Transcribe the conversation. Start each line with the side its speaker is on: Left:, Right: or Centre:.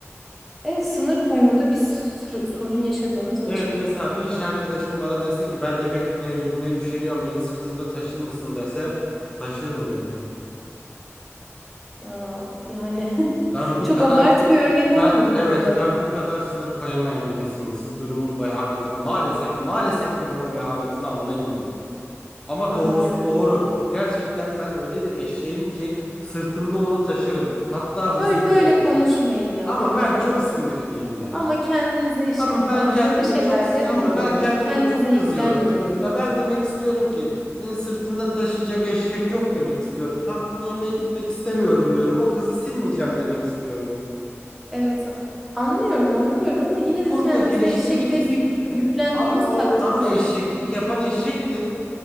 Centre: Evet, sınır koymada bir sır- sorun yaşadığınız açık.
Left: Evet mesela bir iş arkadaşım bana dese ki ben eve gitmeye yürümeye üşeniyorum beni sırtında taşır mısın dese taşırım derim yani.
Centre: Aa, yani <laughs>
Left: Ben bu
Centre: çok
Left: kadar
Centre: abartı bir örnek
Left: ben
Centre: olmadı
Left: evet
Centre: mı bu da?
Left: ben bu kadar sınır koyamayan birisiyim. Siz durumun vehametini maalesef maalesef durumun vehametini anlayın diye. Ama
Centre: Anlıyorum.
Left: doğrusu doğru. Gerçekten ben öyle bir eşeğim ki sırtımda onu taşırım. Hatta hızlı
Centre: Böyle
Left: giderim.
Centre: böyle konuşmayın ya.
Left: Ama
Centre: Böyle
Left: ben
Centre: konu.
Left: çok sinirliyim ya.
Centre: Ama kendinize eşek
Left: Ama
Centre: falan
Left: ben kendime
Centre: böyle şeyler
Left: çok sin-
Centre: demeyin.
Left: ama ben kendime
Centre: Kendinize
Left: çok kızıyorum.
Centre: yüklenmeyin.
Left: Ya ben demek istiyorum ki senin sırtında taşıyacak eşek yok demek istiyorum. Tantuni yemeye gitmek istemiyorum diyorum. O kızı silmeyeceğim demek istiyorum.
Centre: Evet, a- anlıyorum, anlıyorum ama yine
Left: Bu konuda
Centre: de kendinize
Left: geliştirmek
Centre: eşek deyip
Left: ist
Centre: yük-
Left: E,
Centre: yüklendiğiniz
Left: ama orada
Centre: takdirde
Left: ama eşeklik yapan eşektir.